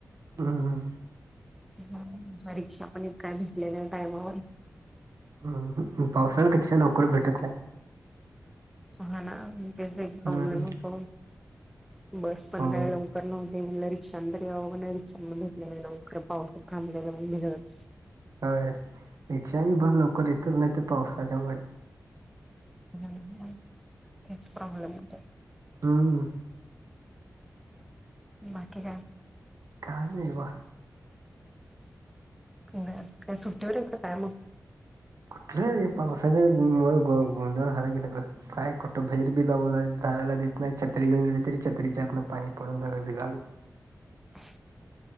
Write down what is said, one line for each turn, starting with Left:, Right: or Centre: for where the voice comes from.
Right: हम <unintelligible>
Centre: <unintelligible> परीक्षा पण इतकाय भेटलेल्या टायमावर
Right: ह पावसाळ्यात रिक्षा लवकर भेटत नाही.
Centre: हा ना तेच एक प्रॉब्लेम
Right: हम्म
Centre: होतो बस पण
Right: होय
Centre: काय लव पण मग ते रिक्षाने तरी यावे म्हणे रिक्षा नाही भेटलेल लवकर पाऊस थांबलेला युनिव्हर्स
Right: होय रिक्षा आणि बस लवकर येतच नाही ते पावसाच्या वर
Centre: ह <unintelligible> तेच प्रॉब्लेम येतो.
Right: हम्म <unintelligible>
Centre: बाकी काय
Right: काय नाहीवा
Centre: ह काय सु्टवर काय मु <unintelligible>
Right: कुठलं हे पावसाच्या मुग मुळे गोंधळ झालाय की सगळं बायको तर बहीर बी लहु लाई चाळायला देत नाही, छत्री घेऊन गेले तरी छत्रीच्या आतंल पाणी पडून झा भिघाले
Centre: <unintelligible>